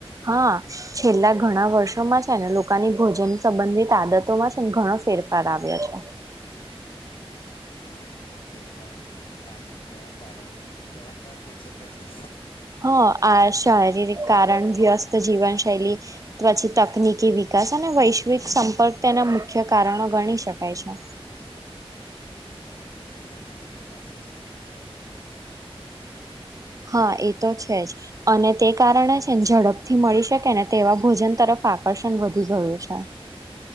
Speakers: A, on the right (about 35°); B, on the left (about 60°).
A: હા છેલ્લા ઘણા વર્ષોમાં છે ને લોકોની ભોજન સંબંધિત આદતોમાં છે ને ઘણો ફેરફાર આવ્યા છે
B: હા, આ ફેરફાર પાછળ કયા કારણો જવાબદાર હોઈ શકે છે
A: હ, આ શારીરિક કારણ, વ્યસ્ત જીવન શૈલી, પછી તકનીકી વિકાસ ને વૈશ્વિક સંપર્ક તેના મુખ્ય કારણો ગણી શકાય છે
B: હા આજે ઘણા લોકો પાસે સમયની કમી હોય છે
A: હા એક તો છે જ અને તે કારણે છે ને ઝડપથી મળી શકે ને તેવા ભોજન તરફ આકર્ષણ વધી ગયું છે